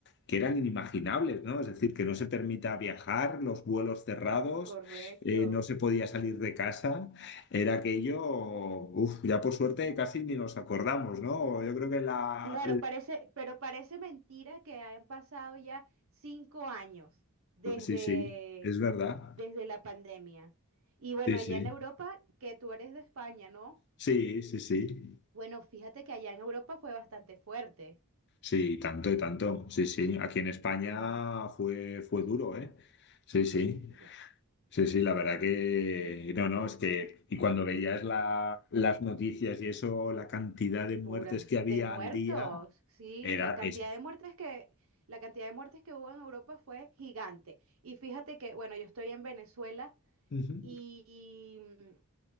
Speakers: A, on the left; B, on the right.
A: que eran inimaginables, ¿no? Es decir, que no se permita viajar, los vuelos cerrados,
B: Correcto.
A: eh, no se podía salir de casa, era aquello, uf, ya por suerte casi ni nos acordamos, ¿no? Yo creo que la...
B: Claro, parece, pero parece mentira que hayan pasado ya cinco años desde,
A: Sí, sí, es verdad.
B: desde la pandemia. Y bueno,
A: Sí,
B: allá
A: sí.
B: en Europa, que tú eres de España, ¿no?
A: Sí, sí, sí.
B: Bueno, fíjate que allá en Europa fue bastante fuerte.
A: Sí, tanto y tanto. Sí, sí. Aquí en España fue, fue duro, ¿eh? Sí, sí.
B: Uf,
A: Sí, sí, la verdad que no, no, es que y cuando veías la- las noticias y eso, la cantidad
B: mm,
A: de muertes
B: Pura,
A: que
B: de
A: había
B: muertos.
A: al día
B: Sí,
A: era
B: la cantidad
A: eso.
B: de muertes que, la cantidad de muertes que hubo en Europa fue gigante. Y fíjate que, bueno, yo estoy en Venezuela
A: Ujú.
B: y, y, mm,